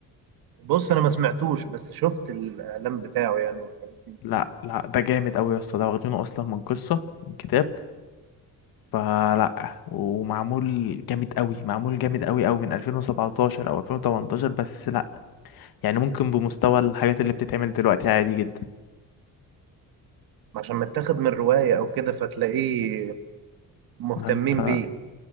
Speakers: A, on the right; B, on the left.
A: بص انا ما سمعتوش بس شفت الاعلان بتاعه يعني والحاجات دي
B: لا لا ده جامد قوي يا اسطى ده واخدينه اصلا من قصة من كتاب فلا ومعمول جامد قوي معمول جامد قوي قوي من 2017 او 2018 بس لا يعني ممكن بمستوى الحاجات اللي بتتعمل دلوقتي عادي جدا
A: عشان متاخد من رواية أو كده فتلاقيه مهتمين
B: ما انت
A: بيه